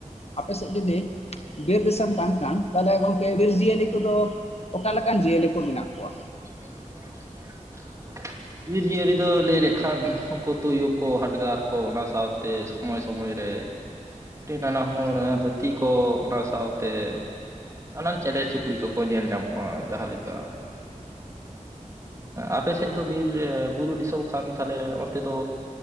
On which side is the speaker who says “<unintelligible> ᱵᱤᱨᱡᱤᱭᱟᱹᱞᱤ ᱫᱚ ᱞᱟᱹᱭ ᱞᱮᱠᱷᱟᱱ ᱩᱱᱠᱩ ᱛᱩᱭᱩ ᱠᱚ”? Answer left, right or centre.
Right